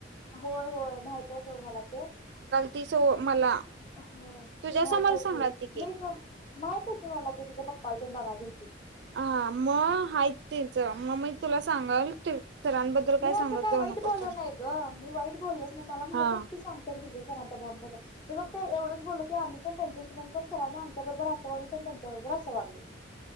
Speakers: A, on the left; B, on the right.
A: होय -होय माहित आहे सोड मला ते
B: ति सो मला
A: होय
B: तुझ्या
A: माहित
B: समोर
A: आहे
B: सांगाल
A: की,
B: ती
A: मी- का माहित आहे की, मला ते तिच्या पप्पा आल तर बघाय गेलतितं
B: हा म.. आहेत तेच म.. मी तुला सांगाल सरांबद्दल
A: मी
B: सांगत
A: असं काय
B: जाऊ
A: वाईट
B: नको
A: बोलल
B: सर
A: नाही ग मी वाईट बोललच नाही मला माहित
B: हा
A: एकटी सांगते ना तिझ सरांचा बॉनंड कसा मी फक्त एवढंच बोललत की आम्ही पण त्यांच्यासब पण सगळांनी आमच्या बरोबर असं वागल आणि त्यांच्याबरोबर असं वागलित